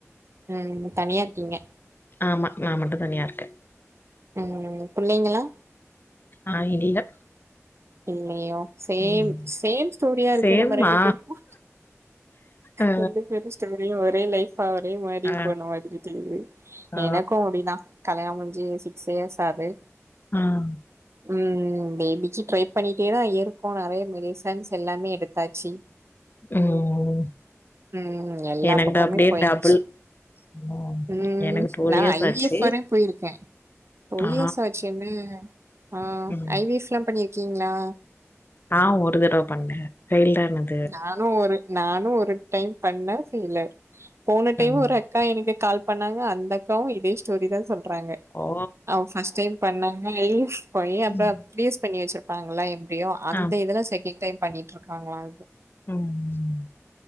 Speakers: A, on the right; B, on the left.
A: ம் தனியா இருக்கீங்க
B: ஆமா நா மட்டு தனியா இருக்க
A: ம் புள்ளைங்களா
B: ஆ இல்ல
A: இல்லயோ சேம்
B: ம்
A: சேம் ஸ்டோரியா இருக்கே
B: சேம்மா
A: நம்ம ரெண்டு பேருக்கு
B: ஆ
A: ரெண்டு பேரு ஸ்டோரியு ஒரே லைஃப் ஒரே மாரி
B: ஆ
A: போன மாரி தெரிது
B: ஓ
A: எனக்கு அப்டிதா கல்யாண முடிஞ்சி சிக்ஸ் இயர்ஸ் ஆது
B: ம்
A: ம் பேபிக்கு ட்ரை பண்ணிட்டே தா இருக்கோ நெறய மெடிசன்ஸ் எல்லாமே எடுத்தாச்சு
B: ம்
A: ம் எல்லா
B: எனக்கு
A: பக்கமுமே
B: அப்டியே
A: போயாச்சி
B: டபுள் ம்
A: ம்
B: எனக்கு டூ
A: நா
B: இயர்ஸ்
A: ஐவிஎஃப்
B: ஆச்சு
A: வர போய்ருக்க டொல்
B: ஆ
A: இயர்ஸ் ஆச்சுன்னு ஆ
B: ம்
A: ஐ வி ஃப்ல்லா பண்ணிருக்கீங்ளா
B: ஆ ஒரு தடவ பண்ணே ஃபெய்ல்டு ஆனத்
A: நானு ஒரு நானு ஒரு டைம் பண்ண ஃபெய்லர் போன டைம்
B: ம்
A: ஒரு அட் அக்கா எனக்கு கால் பண்ணாங்க அந்த அக்காவு இதே ஸ்டோரி தான் சொல்றாங்க
B: ஓ
A: அவ ஃபர்ஸ்ட் டைம் பண்ணா அ ஈஸ் போயி அப்ற
B: ம்
A: பிரீஸ் பண்ணி வச்சிருப்பாங்களா எப்டியோ அந்த
B: ஆ
A: இதுல செக்கன்ட் டைம் பண்ணிட்ருக்காங்களா அது
B: உம்